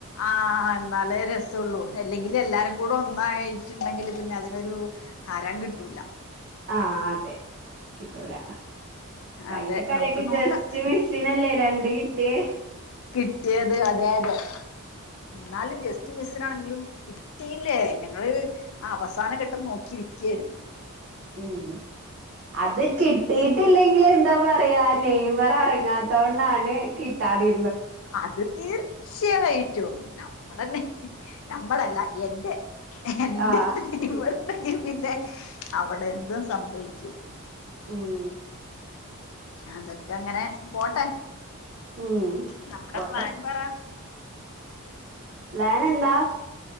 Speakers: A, on the left; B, on the right.
A: ആഹ അ ന്നാലേ രസള്ളൂ അല്ലെങ്കിൽ എല്ലാരും കൂടെ ഒന്നായിട്ടുണ്ടെങ്കിൽ പിന്നെ അതിനൊരു ഹരം കിട്ടും ല
B: ആഹ അതെ കിട്ടൂല കയിനേക്കാലൊക്കെ
A: അതെ നമുക്ക് നോക്കാം
B: ജസ്റ്റ് മിസ്സിനല്ലേ രണ്ട് കിട്ടിയേ
A: കിട്ടിയത് അതെ അതെ എന്നാലും ജസ്റ്റ് മിസ്സിനാണെങ്കിലും കിട്ടിയില്ലേ ഞങ്ങള് അവസാനഘട്ടം നോക്കിയിരിക്കയായിരുന്നു
B: ഉം അത് കിട്ടിയിട്ടില്ലെങ്കി എന്താ പറയാ നെയ്മർ ഇറങ്ങാത്തോണ്ടാണ് കിട്ടാതി
A: അത് തീർച്ചയായിട്ടും നമ്മടെന്നെ നമ്മടല്ല എന്റെ <unintelligible>
B: ആഹ്
A: പിന്നെ അവിടെന്തും സംഭവിക്കും
B: ഉം
A: അതൊക്കെ അങ്ങനെ പോട്ടെ
B: ഉം
A: മ്മടെ
B: പോട്ടെ.
A: പ്ലാൻ പറ
B: പ്ലാൻ എന്താ